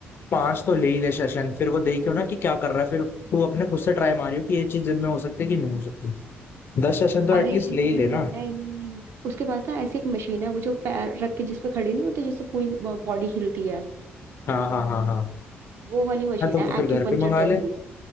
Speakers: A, on the left; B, on the right.
A: पांच तो ले ही ले सेशन फिर वो देखियो ना कि क्या कर रहा है फिर तू अपने खुद से ट्राई मारियो कि ये चीज जिम में हो सकती है कि नहीं हो सकती दस सेशन तो
B: अरे
A: एटलीस्ट ले
B: नहीं
A: ही ले ना
B: नहीं नहीं उसके पास ना ऐसी एक मशीन है वो जो पैर रख के जिस पे खड़े नहीं होते जिससे पूरी बॉडी हिलती है
A: हाँ हाँ हाँ हाँ
B: वो वाली मशीन
A: हाँ तो,
B: है
A: तो फिर
B: एक्यूपंक्चर
A: घर पे मंगा
B: जैसी
A: ले